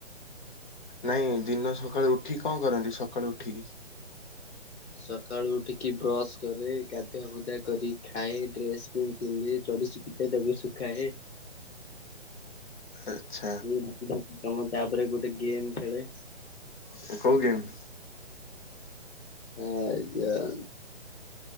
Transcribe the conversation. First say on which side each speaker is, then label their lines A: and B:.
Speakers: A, on the left; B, on the left.
A: ନାଇଁ ଦିନ ସକାଳୁ ଉଠିକି କଣ କରନ୍ତି ସକାଳୁ ଉଠିକି?
B: ସକାଳୁ ଉଠିକି ବ୍ରସ କରେ ଗାଧୁଆ ଫୁଧୁଆ କରି ଖାଏ ଡ୍ରେସ ତିନି ତିନି ଚଢି ଶଖିାଏ ଦେବ ଶୁଖାଏ <unintelligible>
A: ଅଚ୍ଛା।
B: <unintelligible> ତାପରେ ଗୋଟେ ଗେମ୍ ଖେଳେ।
A: ଏଟା କଉ ଗେମ।
B: ଆଞା <unintelligible>